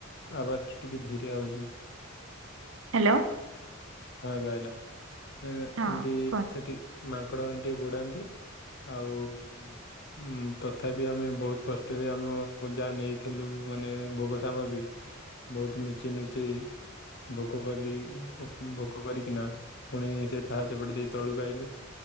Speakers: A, on the left (about 60°); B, on the right (about 70°).
A: ଆବାଜଟ ଟିକିଏ ଧୀରେ ଆଉଛି
B: ହ୍ୟାଲୋ
A: ହଁବେହିଲ ନାଇଁ
B: ହଁ
A: ଏମତି
B: କୁହନ୍ତୁ।
A: ସେଠି ମାଙ୍କଡ଼ ମା ଟିକେ ଗୋଡ଼ାନ୍ତି ଆଉ ଉଁ ତଥାପି ଆମେ ବହୁତ କଷ୍ଟରେ ଆମ ଯାହା ନେଇଥିଲୁ, ମାନେ ଭୋଗ ସାମଗ୍ରୀ ବହୁତ ନୁଚେଇ ନୁଚେଇ ଭୋଗ କଲି ଭୋଗ କରିକିନା, ଫୁଣି ସେ ପାହାଚ ପଟ ଦେଇ ତଳୁକୁ ଆଇଲୁ।